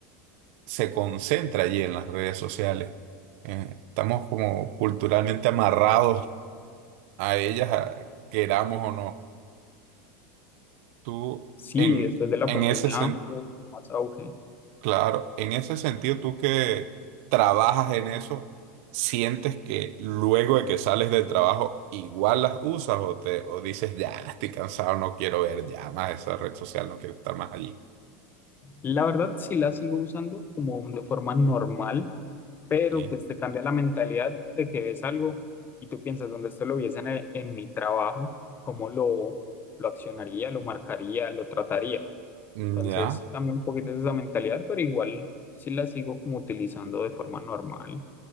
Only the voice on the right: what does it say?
se concentra allí en las redes sociales. Eh, estamos como culturalmente amarrados a ellas, a- queramos o no. Tú,
en,
en
ese sen-
claro, en ese sentido, tú que trabajas en eso, ¿sientes que luego de que sales del trabajo igual las usas o te, o dices, ya, estoy cansado, no quiero ver ya más esa red social, no quiero estar más allí?
Sí.
Mm,
Ya.